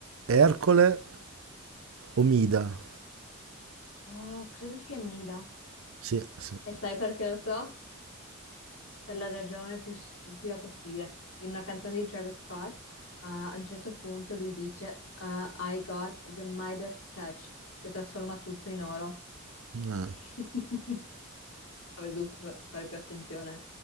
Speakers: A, on the right; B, on the left.
A: Ercole, Omida.
B: Ah, credo sia Mida.
A: Sì, sì.
B: E sai perché lo so? Per la ragione più stupida possibile. In una canzone di Travis Scott, ah, a un certo punto lui dice ah, I got the Midas touch, cioè trasforma tutto in oro.
A: Ah,
B: <laughs> Avrei dovuto fa- fare più attenzione,